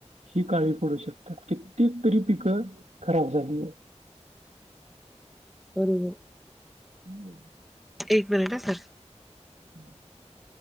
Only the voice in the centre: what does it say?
बरोबर <unintelligible>
एक मिनिट हा सर